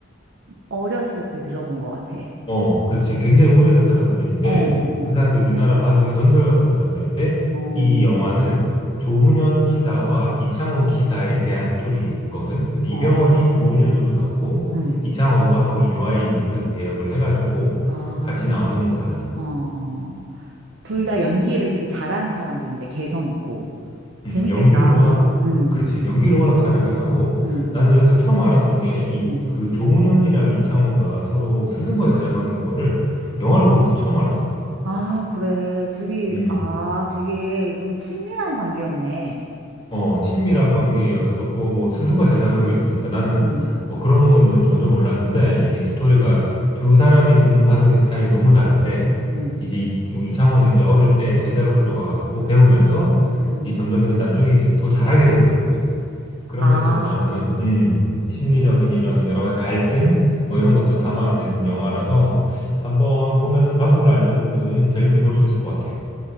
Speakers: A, on the right (about 65°); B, on the left (about 25°).
A: 어렸을 때 들어본 것 같아.
B: 어, 그렇지. 굉장히 오래된 사람들인데,
A: 어, 어,
B: 그 사람들이 우리나라 바둑의 전설 같은 사람들인데,
A: 어, 어,
B: 이 영화는 조훈현 기사와 이창호 기사에 대한 스토리거든. 그래서 이병헌이
A: 어,
B: 조훈현으로 나오고,
A: 음,
B: 이창호가 거기 유아인이 그 배역을 해가지고
A: 아,
B: 같이 나오는 거야.
A: 어. 둘
B: 음,
A: 다 연기를 되게 잘하는 사람들인데, 개성 있고. 재밌겠다.
B: 음, 연기를 워낙,
A: 응
B: 그렇지. 연기를 워낙 잘하기도 하고,
A: 응
B: 나는 여기서 처음 알았던 게, 이,
A: 응
B: 그 조훈현이랑 이창호가 서로 스승과 제자 관계인 거를 영화를 보면서 처음 알았어.
A: 아, 그래. 둘이,
B: 음.
A: 아, 되게 좀 친밀한 관계였네.
B: 어, 친밀한 관계였었고, 뭐, 스승과 제자 관계였으니까 나는
A: 응
B: 뭐 그런 건 좀 전혀 몰랐는데, 이게 스토리가 두 사람이 드는 바둑의 스타일이 너무 다른데,
A: 응
B: 이제 이, 이창호는 이제 어릴 때 제자로 들어가가지고
A: 응
B: 배우면서,
A: 응
B: 이 점점 이제 나중에 이제 더 잘하게 돼버린 거지. 그러면서
A: 아,
B: 나오는, 음, 심리적인 이런 여러 가지 갈등, 뭐 이런 것도 담아낸 영화라서, 한번 보면은 바둑을 알든 모르든 재밌게 볼 수 있을 것 같아.